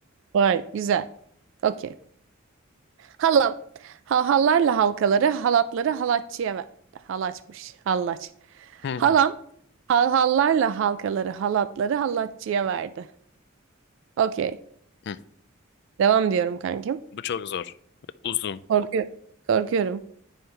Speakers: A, on the right (about 65°); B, on the left (about 55°).
A: Vay güzel. Okey. Halam. Ha- hallarla halkaları, halatları halatçıya ver. Halaçmış. Hallaç.
B: Hı
A: Halam.
B: hı
A: Hal hallarla halkaları, halatları halatçıya verdi. Okey.
B: hı.
A: Devam diyorum kankim.
B: Bu çok zor. Uzun.
A: Korkuyorum. Korkuyorum.